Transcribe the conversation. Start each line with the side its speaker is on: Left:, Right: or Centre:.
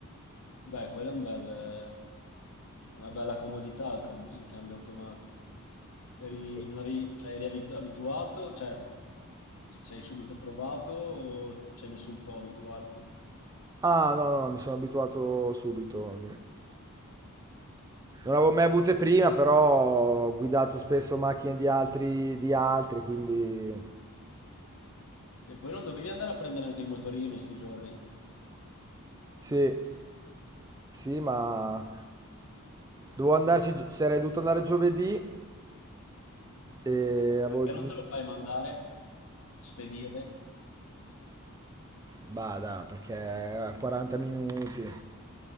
Left: Beh, quella è un bel- una bella comodità il, cambi- il cambio automatico. Eri,
Right: Sì.
Left: non avevi- cioè, eri abitu- abituato, cioè ti sei subito trovato o ci hai messo un po' a abituarti?
Right: Ah, no, no, mi sono abituato subito. Non avevo mai avute prima, però ho guidato spesso macchine di altri, di altri, quindi
Left: E poi non dovevi andare a prendere anche il motorino in sti giorni?
Right: sì, sì, ma dovevo andarci, gio- sarei dovuto andare giovedì e
Left: Cioè,
Right: avevo...
Left: Perché non te lo fai mandare, spedire?
Right: Bada, perché a 40 minuti.